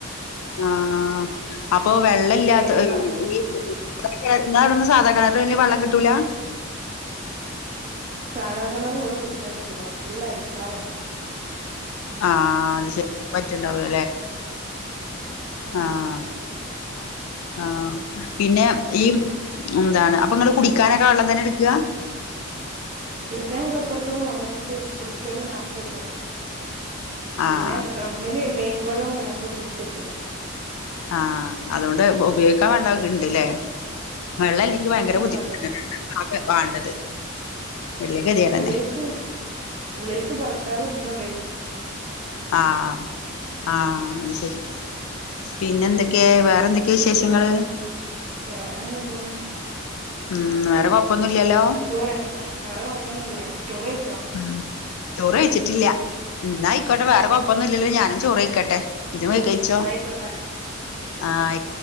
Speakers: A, on the left; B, on the right.
A: ആഹ് അപ്പൊ വെള്ളല്ലാത്ത
B: അതുവരെ കാത്തുനിന്ന്
A: ഈ ഏ ങ്ങളവടൊന്നും സാധാ കണറില് പിന്നെ വള്ളം കിട്ടൂല
B: സാധാ കെണറ് വടെ കുയ്ച്ചാ പറ്റില്ല ഫുള്ള് അരിപ്പാറേണ്.
A: ആഹ് അത് ശരി പറ്റ്ണ്ടാവ് ല്ലലെ
B: പറ്റൂല
A: ആഹ് ആഹ് പിന്നെ ഈ എന്താണ് അപ്പ ങ്ങള് കുടി ക്കാനൊക്കെ വള്ളം തന്നെട്ക്കാ
B: കുടിക്കാനക്കെ ഇപ്പൊർത്ത്ന്ന് കൊണ്ടന്ന്ട്ട് കുട്ക്കേല് നറച്ചെച്ചതാ
A: ആഹ്
B: പിന്നെ ഡ്രമ്മില് ലെയ്ൻ വെള്ളം വന്നപ്പൊ പിടിച്ചെച്ചതാ
A: ആഹ് അതോണ്ട് ഉപയോഗിക്കാൻ വെള്ളൊക്കെ ണ്ട്ലേ വള്ളല്ലെങ്ങ്കി
B: ഉപയോഗിക്കാൻ
A: ഭയങ്കര ബുദ്ധിമുട്ടെന്നേണ്
B: വെള്ളമുണ്ട്
A: അതന്നെ വാണ്ടത് വല്യ
B: ഉം
A: ഗതികേടെന്നെ
B: ഉള്ളിൽക്ക് ഉള്ളിൽക്ക് ഭർത്താവ് ഇട്ത്തോണ്ടെയ്ന്നു
A: ആഹ് ആഹ് അത് ശെരി പിന്നെന്തൊക്കേ വേറെന്തൊക്കേ വിശേഷങ്ങള്
B: വേറങ്ങനെ പോകുന്നു
A: ഉം വേറെ കൊഴപ്പൊന്നുല്ലല്ലോ
B: ചോറ് വേറെ കൊഴപ്പൊന്നുല്ല ചോറ് കഴിച്ചോ
A: ഉം ചോറ് വെയ്ച്ച്ട്ടില്ല ന്നാ ആയിക്കോട്ടെ വേറെ കൊഴപ്പൊന്നുല്ലല്ലോ ഞാനും ചോറേയ്ക്കട്ടെ ഇജ്ജും പോയി കഴിച്ചോ
B: ക്കോട്ടെ
A: ആഹ് ആയി